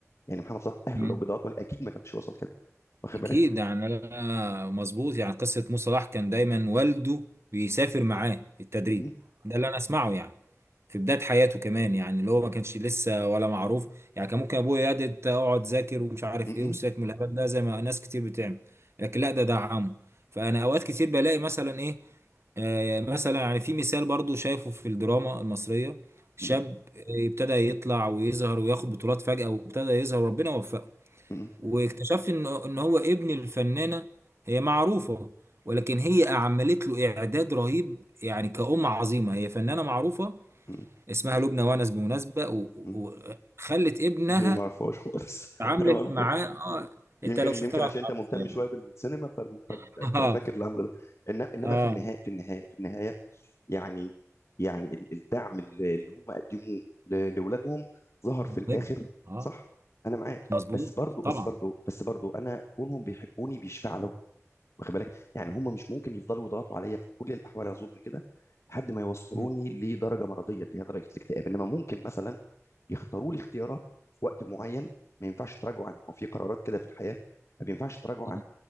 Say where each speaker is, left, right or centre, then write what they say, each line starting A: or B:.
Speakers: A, on the left; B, on the right.
A: يعني محمد صلاح اهله
B: امم
A: لو بيضغطوا عليه اكيد ما كانش وصل كده واخد
B: اكيد
A: بالك
B: يعني انا مظبوط يعني قصه موسى صلاح كان دايما والده بيسافر معاه التدريب
A: م- م-
B: ده اللي انا اسمعه يعني في بدايه حياته كمان يعني اللي هو ما كانش لسه ولا معروف يعني كان ممكن ابويا يا دي اقعد ذاكر ومش عارف
A: م-
B: ايه وساك من الهبل ده زي ما ناس كتير بتعمل لكن لا ده دعمه فانا اوقات كتير بلاقي مثلا ايه آه، مثلا يعني في مثال برضو شايفه في الدراما المصرية شاب
A: م-
B: آه، ابتدى يطلع ويظهر وياخد بطولات فجأة وابتدى يظهر وربنا وفقه
A: م-
B: واكتشف ان ان هو ابن الفنانة هي معروفة ولكن هي عملت له اعداد رهيب يعني كأم عظيمة هي فنانة معروفة
A: م- م-
B: اسمها لبنى وانس بمناسبة و-
A: م-
B: و- وخلت ابنها
A: هي ما اعرفهاش خالص <laughs>
B: اتعاملت
A: انا ما اعرفها
B: معاه اه انت
A: يمكن
B: لو شفتها
A: يمكن عشان
B: هتعرفها
A: انت مهتم
B: يعني
A: شويه بالسينما فال- فال-
B: <laughs>
A: ففاكر
B: اه
A: الامر ده انما انما
B: اه
A: في النهايه في النهايه في النهايه يعني يعني ال- الدعم اللي اللي هم قدموه ل- لاولادهم ظهر في الاخر
B: مهم. اه
A: صح انا معاك
B: مظبوط
A: بس برضو
B: طبعا
A: بس برضو بس برضو انا كونهم بيحبوني بيشفع لهم واخد بالك يعني هم مش ممكن يفضلوا يضغطوا عليا في كل الاحوال اظن كده لحد ما يوصلوني
B: مم.
A: لدرجه مرضيه اللي هي درجه الاكتئاب انما ممكن مثلا يختاروا لي اختيارات في وقت معين ما ينفعش تراجعوا عنها ما هو في قرارات كده في الحياه ما ينفعش تراجعوا
B: مم.
A: عنها